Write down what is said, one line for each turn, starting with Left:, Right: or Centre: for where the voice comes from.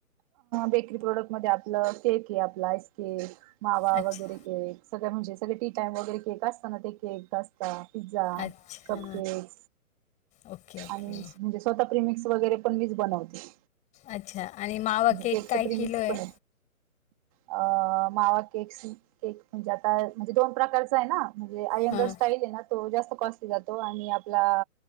Right: बेकरी प्रोडक्ट मध्ये आपलं केक आहे आपला आईस्के मावा
Left: अच्छा
Right: वगैरे के सगळं म्हणजे सगळे टी टाइम वगैरे केक असताना ते केक ता पिझ्झा
Left: अच्छा
Right: कप केक
Left: ओके ओके
Right: आणि म्हणजे स्वतः प्रिमिक्स वगैरे पण मीच बनवते
Left: अच्छा आणि मावा
Right: म्हणजे
Left: केक
Right: केकच
Left: काय
Right: प्रिमिक्स
Left: किलो आहे
Right: पण अ मावा केक्स केक म्हणजे आता म्हणजे दोन प्रकारच आहे ना म्हणजे आय्यंगर
Left: हां
Right: स्टाईल आहे ना तो जास्त कॉस्टली जातो आणि आपला